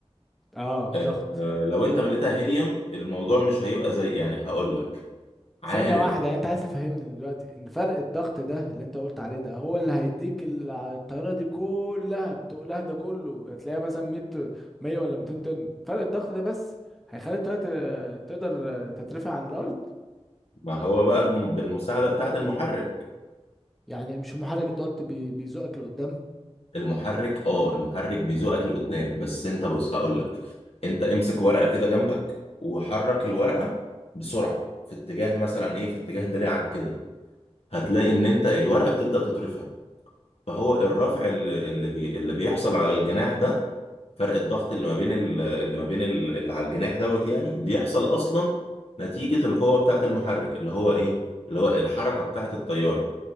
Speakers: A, in the centre; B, on the left.
A: اه الضغط
B: آه، آه، لو انت مليتها هيليوم الموضوع مش هيبقى زي يعني هقولك عارف
A: ثانية واحدة يعني انت عايز تفهمني دلوقتي ان فرق الضغط ده اللي انت قلت عليه ده هو اللي هيديك ال- الطيارة دي كلها بتقلها ده كله هتلاقيها مثلا 100 100 ولا 200 طن فرق الضغط ده بس هيخلي الطيارة ت- تقدر تترفع عن الأرض
B: ما هو بقى بم- بالمساعدة بتاعة المحرك
A: يعني مش المحرك انت قلت بي- بيزقك لقدام
B: المحرك اه المحرك بيزوقك لقدام بس انت بص هقولك انت امسك ورقة كده جنبك وحرك الورقة بسرعة في اتجاه مثلا ايه في اتجاه دراعك كده هتلاقي ان انت الورقة بتبدأ تترفع فهو الرفع ال- اللي بي اللي بيحصل على الجناح ده فرق الضغط اللي ما بين ال- اللي ما بين ال- اللي على الجناح دوت يعني بيحصل اصلا نتيجة القوة بتاعة المحرك اللي هو ايه اللي هو الحركة بتاعة الطيارة